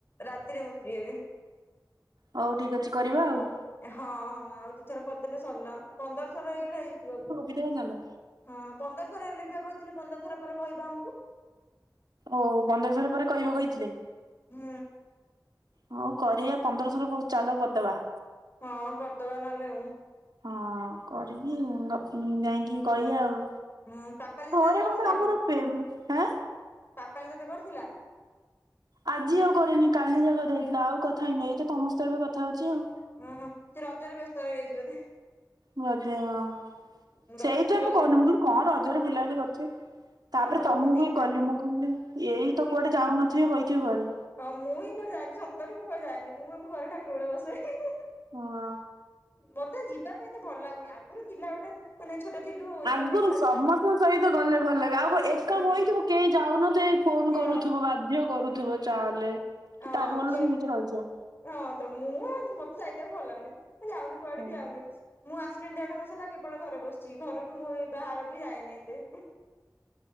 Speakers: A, on the left (about 30°); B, on the right (about 70°).
A: ରାତିରେ ମୁଁ ଫ୍ରି ହେବି
B: ହଉ ଠିକ ଅଛି କରିବା ଆଉ
A: ହଁ ହଁ ଆଉ ଦିଇ ଥର କରିଦେଲେ ସରିଲା ପନ୍ଦରଶହର ହେଇଗଲା ହେଇଯିବ ବି
B: କେତବେ ଚାଲ
A: ହଁ ପନ୍ଦର ଥର ହେଲେ ବି ଆ କହିଥିଲେ ପନ୍ଦର ଥର ପରେ କହିବା ଆମକୁ
B: ଓ ପନ୍ଦରଶହର ପରେ କହିବ କହିଥିଲେ
A: ହୁଁ
B: ହଉ କରିବା ପନ୍ଦରଶହ ଚାଲ କରିଦବା
A: ହଁ କରିଦବା ନହେଲେ ଆଉ
B: ହଁ କରିକି ଗପି ଯାଇକି କହିଆ ଆଉ
A: ହୁଁ ପାପାଲି ତତେ
B: ଘରେ
A: ଆଜି କରିଥିଲା
B: କଣ୍ଡେ ଆମରପେମ-
A: କି?
B: ଆ
A: ପାପାଲି ତତେ କରିଥିଲା
B: ଆଜି ଆଉ କରିନି କାଲି ଯାକକଥା ହେଇଥିଲା ଆଉ କଥା ହେଇନି ଏଇତ ମସ୍ତେ ଏବେ କଥା ହଉଛି ଆଉ
A: ଉ ହୁ ସିଏ ରଜରେ ବ୍ୟସ୍ତ ହେଇ ଯାଇଛି ବୋଧେ
B: ବୋଧେ ହଁ
A: ବୋଧେ
B: ସେଇ
A: ରଜ
B: ତ
A: ସଜବାଜ
B: ମୁଁ କନୁ ମୁ କହିଲି କଣ ରଜରେ ବୁଲାବୁଲି କରିଥିବେ ତାପରେ
A: ହଁ ମୁଁ
B: ତମକୁ
A: ଦିନରେ
B: ହିଁ କଲି ମୁଁ ଏଇ ତ କୁଆଡେ ଯାଉନଥିବେ ବହିଥିବ ଘରେ
A: ହଁ ମୁଁ ହିଁ କୁଆରେ ଯାଏନି ସତରେ ମୁଁ କୁଆଡେ ଯାଏନି ମୁଁ ଆମ ଘରେ ଠାକୁର ବେଳେ ବସେ ହେଁ ହେଁ ହେଁ
B: ହଁ
A: ମତେ ଯିବା ପାଇଁ ତ ଭଲ ଲାଗୁନି ଆଗରୁ ଥିଲା ଗୋଟେ ମାନେ ଛୋଟ ଥିଲୁ ଯିବା
B: ଆଗରୁ
A: ପାଇଁ ଇଚ୍ଛା
B: ସମସ୍ତଙ୍କ
A: ଥିଲା
B: ସହିତ ଗଲେ ଭଲ ଲାଗେ ଆଉ କଣ ଏକା
A: ହଁ
B: ବଇଥିବୁ କେହି ଯାଉନ ନଥିବେ ଫୋନ
A: ସେ
B: କରୁଥିବୁ ବା ଝିଅ କରୁଥିବ ଚାଲେ
A: ହଁ
B: କି ତାଠୁ ଭଲ
A: କିଏ
B: ତମେ ନିଜେ ରହିଯିବା
A: ହଁ ତ ମୁଁ ମତେ ଯାଇତେ ଆଉ ଭଲ ଲାଗୁନି ଯାଉନି କୁଆଡେ
B: ହଉ।
A: ବିି ଆଉନି ମୁଁ ଆସିଲିଣିି ଦେଢ ମାସ ହେଲା କେବଳ ଘରେ ବସିଛି ଘରଠୁ ମୁଁ ଏ ବାହାର ବି ଯାଏନି ଏତେ